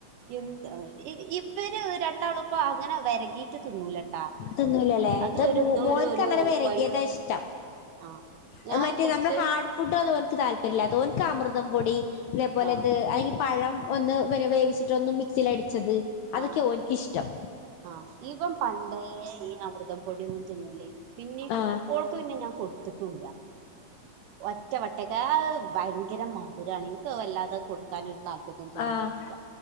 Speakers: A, on the right; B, on the left.
A: എന്ത് ഇ ഇവര് രണ്ടാളും പ്പൊ അങ്ങനെ വെരകീട്ട് തിന്നൂലട്ടാ
B: തിന്നൂലല്ലേ
A: അത്
B: ഇത്
A: ഒരു എന്തോ
B: മോൻക്ക്
A: ഒരു ഒരു
B: അങ്ങനെ വെരകിയതാ
A: വഴിവ്
B: ഇഷ്ടം
A: ആ ഞാന്
B: അത് മറ്റേ
A: കൊറച്ച്
B: നമ്മളെ ഹാഡ് ഫുഡൊന്നും ഓൻക്ക് താല്പര്യല്ല. ഓൻക്ക് അമൃതം പൊടി തേപോലെത്
A: ആ
B: അല്ലെങ്കി പഴം ഒന്ന് വന് വേവിച്ചിട്ട് ഒന്ന് മിക്സിലടിച്ചത് അതൊക്ക്യാ
A: ആ
B: ഓൻ ക്കിഷ്ടം
A: ആ ഇവൻ പണ്ടേ ഈ അമൃതം പൊടിയൊന്നും തിന്നൂല്ലേന്നു പിന്നെ
B: ആഹ്
A: ഓൾക്ക് പിന്നെ ഞാൻ കൊടുത്ത്ട്ടും ല്ലാ ഒറ്റ വട്ടക്കേ അത് ഭയങ്കര മധുരാണ് ഇൻക്ക് അത് വല്ലാതെ കൊട് ക്കാനൊരു താല്പര്യം തോന്നീട്ടില്ല.
B: ആഹ്